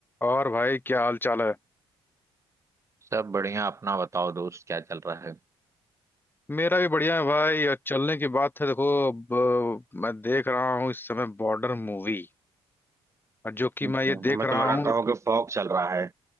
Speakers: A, on the left; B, on the right.
A: और भाई क्या हाल चाल है
B: सब बढ़िया अपना बताओ दोस्त क्या चल रहा है
A: मेरा भी बढ़िया है भाई और चलने की बात है देखो अब अ, मैं देख रहा हूँ इस समय बॉर्डर मूवी और जो कि
B: हम्म,
A: मैं ये देख
B: हमें
A: रहा
B: तो लगा
A: हूँ
B: कहोगे फॉग चल रहा है